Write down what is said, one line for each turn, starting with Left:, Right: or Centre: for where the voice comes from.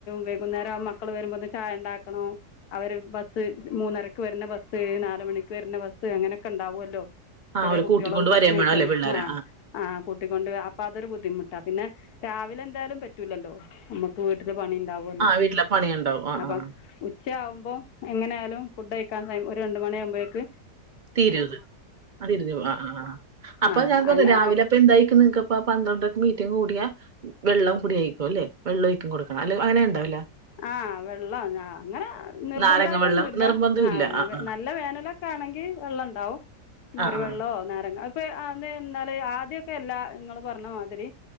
Left: വൈകുന്നേരം മക്കള് വരുമ്പോ ഒന്ന് ചായ ഉണ്ടാക്കണം അവര് ബസ് മൂന്നരക്ക് വരുന്ന ബസ് ബസ് നാല് മണിക്ക് വരുന്ന ബസ് അങ്ങനെയൊക്കെ ഉണ്ടാവുമല്ലോ
Right: ആ
Left: ചെറിയ
Right: അവരെ
Left: കുട്ടികളും
Right: കൂട്ടിക്കൊണ്ട് വരേം
Left: നഴ്സറി
Right: വേണം അല്ലേ പിള്ളേരെ?
Left: ആ ആ കൂട്ടിക്കൊണ്ട് അപ്പൊ അതൊരു ബുദ്ധിമുട്ടാ പിന്നെ രാവിലെ എന്തായാലും പറ്റൂലല്ലോ നമ്മുക്ക് വീട്ടില് പണിയുണ്ടാവല്ലോ
Right: ആ വീട്ടിലെ പണിയുണ്ടാവും. ആ
Left: അപ്പൊ
Right: ആ.
Left: ഉ ച്ച ആകുമ്പോ എങ്ങനായാലും ഫുഡ് കഴിക്കാൻ രണ്ട് മണി ആകുമ്പോഴേക്ക്
Right: തീരുമത് അത് കഴിഞ്ഞ് പോകാം ആ ആ അപ്പൊ
Left: ആഹ്
Right: ഞാൻചോദിക്കട്ടെ രാവിലെ
Left: അതാ
Right: അപ്പൊ എന്തായിരിക്കും നിനക്ക അപ്പൊ പന്ത്രണ്ടരക്ക് മീറ്റിംഗ് കൂടിയാ വെള്ളം കുടിയായിക്കും അല്ലെ വെള്ളവാരിക്കും കൊടുക്കണേ അല്ലെ അങ്ങനെ ഉണ്ടാവില്ലേ
Left: ആ വെള്ളം അങ്ങനെ നിർബന്ധമായിട്ടൊന്നും
Right: നാരങ്ങ വെള്ളം
Left: ഇല്ല
Right: നിർബന്ധം
Left: ആ
Right: ഇല്ല. ആ.
Left: നല്ല വേനലൊക്കെ ആണെ ങ്കിൽ വെള്ളമുണ്ടാകും മോര്
Right: ആ ആ.
Left: വെള്ളവോ നാരങ്ങ ഇപ്പൊ ആ അ എന്ത ആദ്യൊക്കെ എല്ലാ നിങ്ങള് പറഞ്ഞ മാതിരി